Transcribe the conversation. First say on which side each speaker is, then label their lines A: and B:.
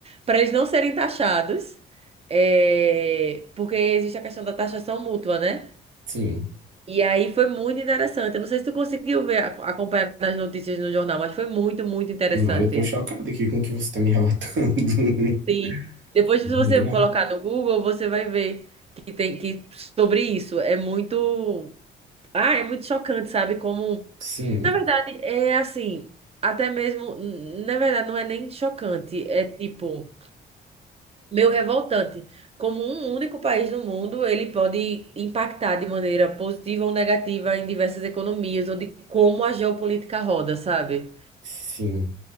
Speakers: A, on the right; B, on the right.
A: para eles não serem taxados, é, porque existe a questão da taxação mútua, né?
B: Sim.
A: E aí foi muito interessante. Eu não sei se tu conseguiu ver, ac- acompanhar nas notícias no jornal, mas foi muito, muito interessante.
B: Não, eu tô chocado aqui com o que você tá me relatando. <laughs>
A: Sim. Depois se
B: Menina,
A: você colocar no Google, você vai ver que tem que sobre isso. É muito, ah, é muito chocante, sabe? Como,
B: sim,
A: na verdade, é assim, até mesmo, na verdade, não é nem chocante, é tipo meio revoltante. Como um único país no mundo, ele pode impactar de maneira positiva ou negativa em diversas economias ou de como a geopolítica roda, sabe?
B: sim.